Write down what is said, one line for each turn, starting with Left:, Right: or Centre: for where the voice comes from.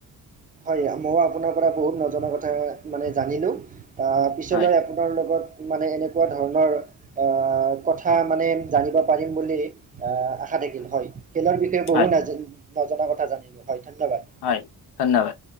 Right: হয় মই আপোনাৰ পৰা বহুত নজনা কথা মানে জানিলোঁ পিছলৈ
Left: হয়
Right: আ পোনাৰ লগত মানে এনেকুৱা ধৰণৰ আহ কথা মানে জানিব পাৰিম বুলি আহ আ ক্ষা থাকিল হয় খেলৰ বিষয়ে বহু
Left: হয়
Right: নজনা কথা জানিলো হয় ধন্যবাদ।
Left: হয় ধন্যবাদ